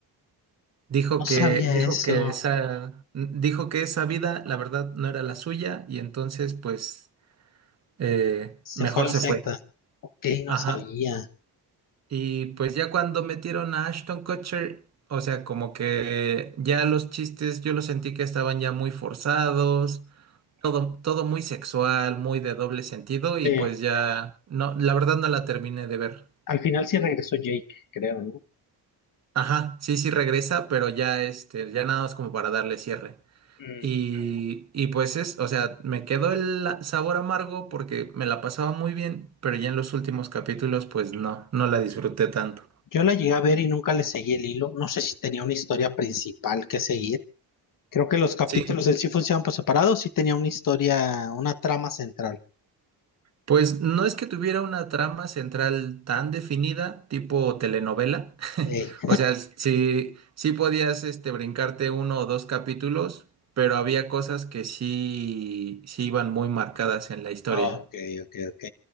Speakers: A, on the right (about 40°); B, on the left (about 50°).
A: Dijo
B: No sabía
A: que, dijo
B: eso.
A: que esa, dijo que esa vida, la verdad, no era la suya, y entonces, pues, eh,
B: Se
A: mejor
B: fue a la
A: se
B: secta.
A: fue.
B: Ok, no
A: Ajá.
B: sabía.
A: Y pues ya cuando metieron a Ashton Kutcher, o sea, como que ya los chistes yo los sentí que estaban ya muy forzados, todo, todo muy sexual, muy de doble sentido y
B: Sí.
A: pues ya no, la verdad no la terminé de ver.
B: Al final sí regresó Jake, creo, ¿no?
A: Ajá, sí, sí regresa, pero ya este, ya nada más como para darle cierre.
B: Mm.
A: Y, y pues es, o sea, me quedó el sabor amargo porque me la pasaba muy bien, pero ya en los últimos capítulos pues no, no la disfruté tanto.
B: Yo la llegué a ver y nunca le seguí el hilo. No sé si tenía una historia principal que seguir. Creo que los capítulos
A: Sí,
B: él sí funcionaban por separado, sí tenía una historia, una trama central.
A: Pues no es que tuviera una trama central tan definida, tipo telenovela.
B: Eh,
A: <laughs> O sea, sí, sí podías este, brincarte uno o dos capítulos, pero había cosas que sí, sí iban muy marcadas en la historia.
B: ah, ok, ok, ok.